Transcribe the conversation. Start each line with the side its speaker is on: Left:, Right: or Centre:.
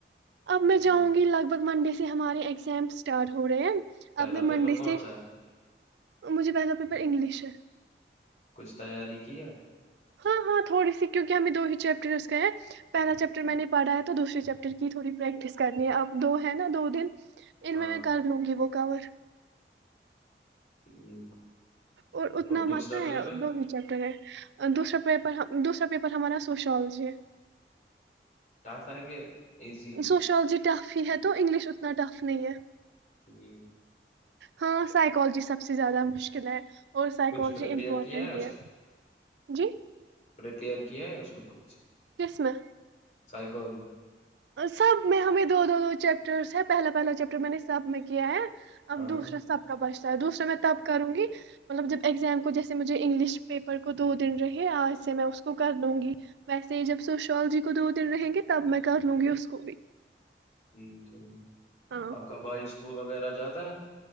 Right: اب میں
Left: ہوں،
Right: جاں گی لگ بھگ منڈے سے ہمارے ایک ایگزام اسٹارٹ ہو رہے ہیں
Left: پہلا
Right: آپ نے
Left: پیپر
Right: منڈی
Left: کون
Right: سے
Left: سا ہے
Right: مجھے پہلا پیپر انگلش ہے
Left: کچھ تیاری کیا
Right: ہاں ہاں تھوڑی سی کیونکہ ہمیں دو ہی چیپٹرس کا ہے پہلا چیپٹر
Left: ہاں
Right: میں نے پڑا ہے تو دوسری چیپٹر کی تھوڑی پریکٹس کرنی ہے اب دو ہے نا دو دن ان
Left: ہاں،
Right: میں میں کر لوں گی وہ کور
Left: <inaudible>
Right: اور اتنا
Left: دوسرا
Right: مت ہے
Left: پیپر
Right: دون ہی چیپٹر ہے دوسرا پ دوسرا پیپر ہمارا سوشالوجی ہے
Left: ٹاسا ہے کہ ایزی
Right: سوشالوجی ٹف ہی ہے تو انگلش نہ ٹف نہیں ہے
Left: ٹھیک
Right: ہاں سائیکالوجی سب سے زیادہ مشکل ہے اور سائیکالوجی
Left: کچھ پریپیئر
Right: امپورٹنٹ
Left: کیا
Right: بھی ہے جی
Left: پپیئر کیا ہے اس میں کچھ
Right: قسمہ
Left: سائیکالجی
Right: سب میں ہمیں دو دو دو چیپٹرس ہے پہلا پہلا چیپٹر میں نے سب میں کیا ہے اب
Left: ہاں
Right: دوسرا سب کا بچ دوسرا میں تب کروں گی مطلب جب ایگزام کو جیسے مجھے انگلش پیپر کو دو دن رہے آج سے میں اس کو کر لوں گی ویسے جب سوشولوجی کو دو دن رہیں گی تب میں کر لوں گی اس کو بھی
Left: ہ تو
Right: ہاں
Left: آپ کا بھائی اسکول وغیرہ جاتا